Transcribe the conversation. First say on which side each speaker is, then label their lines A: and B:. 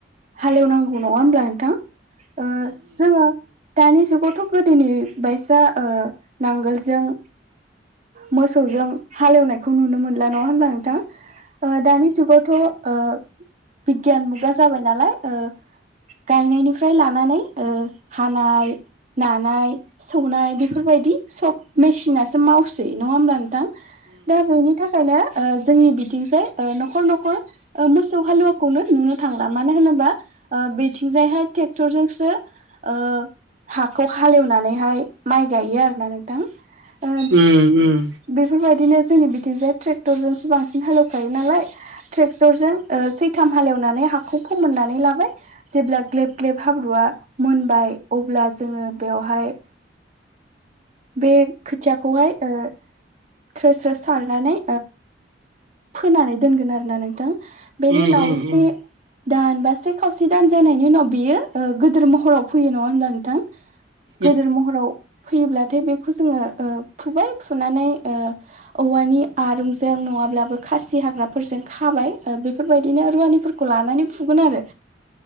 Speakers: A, on the right; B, on the right.
A: हालेवनांगौ नङा हब्ला नोंथां जोङो दानि जुगावथ' गो दिनै बायसा नांगोलजों मोसौजों हालेवनायखौ नुनो मोनला नङा होमब्ला नोंथां दानि जुगावथ' बिगियान मुगा जाबाय नालाय गायनायनिफ्राय लानानै हानाय नानाय सौनाय बेफोरबायदि सब मेसिनासो मावसै नङा होमब्ला नोंथां दा बेनि थाखायनो जोंनि बिथिंसै न'खर न'खर मोसौ हालुवाखौनो नुनो थांला मानो होनोबा बेथिंजायहाय ट्रेक्टरजोंसो ओ हाखौ हालेवनानैहाय माइ गायो आरो ना नोंथां ओ
B: उ उम
A: बेफोरबायदिनो जोंनि बिथिंजाय ट्रेक्टरजोंसो बांसिन हालेवखायो नालाय ट्रेक्टरजों सैथाम हालेवनानै हाखौ फोमोननानै लाबाय जेब्ला ग्लेब ग्लेब हाब्रुवआ मोनबाय अब्ला जोङो बेवहाय बे खोथियाखौहाय थ्रो स्रो सारनानै फोनानै दोनगोन आरोना नोंथां बेनि
B: नंगौ
A: उनाव से दान बा से खावसे दान जानायनि उनाव बियो गोदोर महराव फैयो नङा होनोमबब्ला नोंथां
B: नंगौ
A: गेदेर महराव फैयोब्लाथाय बेखौ जोङो फुबाय फुनानै औवानि आरुंजों नङाब्लाबो खासि हाग्राफोरजों खाबाय बेफोरबायदिनो रुवानिफोरखौ लानानै फुगोन आरो